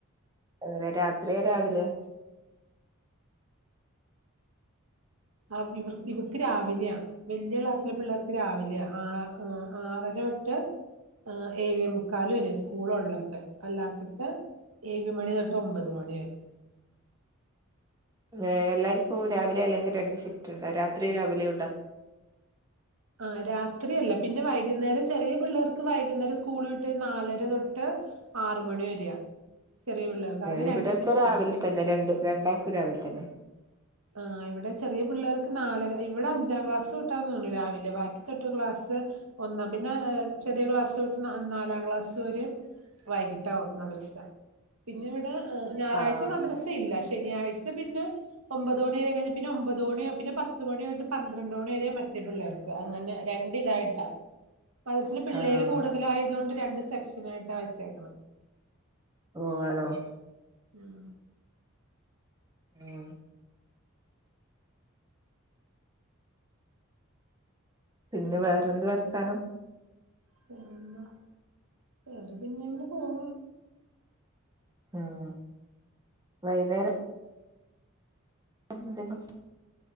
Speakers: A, on the right (about 15°); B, on the right (about 80°).
A: വേറെ രാത്ര്യാ രാവില്യാ
B: ആഹ് ഇവർ ഇവക്ക് രാവിലെയാ വല്ല്യ ക്ലാസ്സിലെ പിള്ളേർക്ക് രാവില്യാ ആഹ് ആഹ് ആറരതൊട്ട് ആഹ് ഏഴ് മുക്കാല് വരെ സ്കൂള് ഉള്ളപ്പോ അല്ലാത്തപ്പ ഏഴ് മണി തൊട്ട് ഒമ്പത് മണി വരെ
A: ഏ എല്ലാര്ക്കും രാവിലെ അല്ലെങ്കിൽ രണ്ട് ഷിഫ്റ്റ് ഇണ്ടോ രാത്രി രാവിലോം ഉണ്ടോ
B: ആഹ് രാത്രി അല്ല പിന്നെ വൈകുന്നേരം ചെറിയ പിള്ളേർക്ക് വൈകുന്നേരം സ്കൂൾ വിട്ട് നാലര തൊട്ട് ആറ് മണി വരെയാ ചെറിയ പിള്ളേർക്ക് അങ്ങനെ
A: ഇവിടെയൊക്കെ
B: രണ്ട് ഷിഫ്റ്റ്
A: രാവിലെ
B: ഇണ്ട്
A: തന്നെ രണ്ട് രണ്ടാക്കും രാവിലെ തന്നെ
B: ആഹ് ഇവിടെ ചെറിയ പിള്ളേർക്ക് നാലര ഇവിടെ അഞ്ചാം ക്ലാസൊട്ടാ തോന്നുണു രാവിലെ ബാക്കി തൊട്ട് ക്ലാസ്സ് ഒന്നാ പിന്നെ അഹ് ചെറിയ ക്ലാസ്സൊട്ട് നാലാം ക്ലാസ്സ് വരെം വൈകിട്ടാവും മദ്രസ പിന്നെ ഇവിടെ ആഹ് ഞായറാഴ്ച
A: ആഹ്
B: മദ്രസയില്ല ശനിയാഴ്ച പിന്നെ ഒമ്പത് മണി വരെ കഴിഞ്ഞ് പിന്നെ ഒമ്പതോണി പിന്നെ പത്ത് മണി തൊട്ട് പന്ത്രണ്ട് മണി വരെ മറ്റേ പിള്ളേർക്ക് അങ്ങനെ രണ്ട് ഇതായിട്ടാ മദ്രസേല് പിള്ളേര്
A: ആഹ്
B: കൂടുതലായതുകൊണ്ട് രണ്ട് സെക്ഷനായിട്ടാ വച്ചേക്കണ്
A: ഓ ആണോ
B: ഉം
A: ഉം പിന്നെ വേറെന്ത് വർത്താനം
B: പിന്നെ വേറെ പിന്നെ ഇങ്ങനെ പോണു
A: ആഹ് വൈന്നേരം ഇന്തെങ്കു സ്